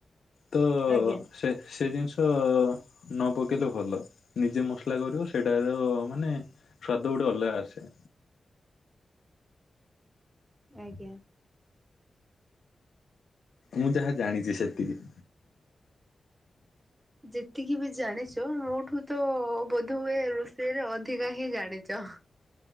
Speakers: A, on the left (about 75°); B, on the right (about 25°).
A: ତ
B: ଆଜ୍ଞା
A: ସେ ସେ ଜିନିଷ ନ ପକେଇଲେ ଭଲ ନିଜେ ମସଲା କରିବ ସେଟାର ମାନେ ସ୍ୱାଦ ଗୋଟେ ଅଲଗା ଆସେ।
B: ଆଜ୍ଞା।
A: ମୁଁ ଯାହା ଜାଣିଛି ସେତିକି
B: ଯେତିକି ବି ଜାଣିଛ ମୋ ଠୁ ତ ବୋଧ ହୁଏ ରୋଷେଇରେ ଅଦ୍ ଅଧିକା ହିଁ ଜାଣିଛ